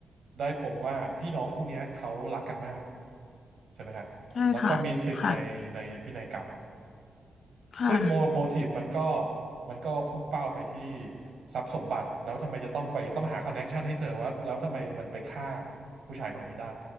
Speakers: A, on the right (about 70°); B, on the left (about 60°).
A: ได้ปมว่าพี่น้องคู่เนี้ยเขารักกันมากใช่ไหมฮะแล้วก็มีสิทธิ์ในในพินัยกรรม
B: ใช่ค่ะค่ะค่ะ
A: ซึ่งโมโมทีฟมันก็มันก็พุ่งเป้าไปที่ทรัพย์สมบัติแล้วทำไมจะต้องไปต้องหาคอนเน็กชันให้เจอว่าแล้วทำไมมันไปฆ่าผู้ชายคนนี้ได้